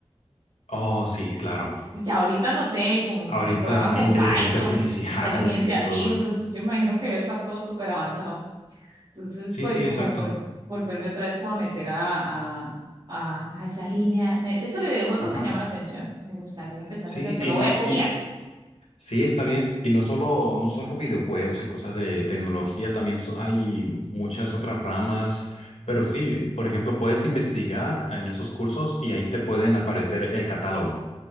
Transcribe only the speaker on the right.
S- Ya ahorita no sé, con,
con programas con
Python,
inteligencia,
así,
eso,
yo imagino que debe estar todo súper avanzado. Entonces,
pues
como
vol- volverme otra vez como a meter a, a, a- a esa línea. Me- eso de videojuegos
me llama la atención, me gustaría empezar
a hacer, te
lo
voy a copiar.